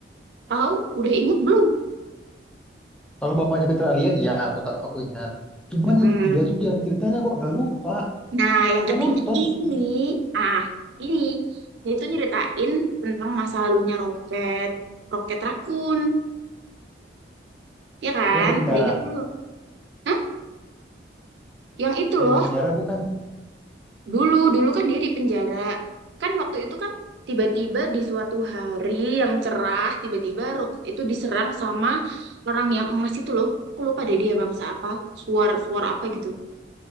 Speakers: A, on the right; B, in the centre.
A: Tahu? Udah inget belum?
B: Kalau bapaknya Peter Alien iya aku tak aku ingat. Cuman
A: Mm-mm.
B: yang ketiga tuh jalan ceritanya kok gak lupa.
A: Nah, yang
B: Udah
A: ketiga
B: nonton
A: ini,
B: tuh.
A: ah, ini dia itu nyeritain tentang masa lalunya Roket, Roket Rakun, ya kan?
B: Yang di penjara.
A: Udah inget dulu. Hah? Yang itu loh,
B: Yang di penjara bukan?
A: dulu, dulu kan dia di penjara. Kan waktu itu kan tiba-tiba di suatu hari yang cerah, tiba-tiba Roket itu diserang sama orang yang emas itu loh. Aku lupa deh dia bangsa apa, suar, suar apa gitu.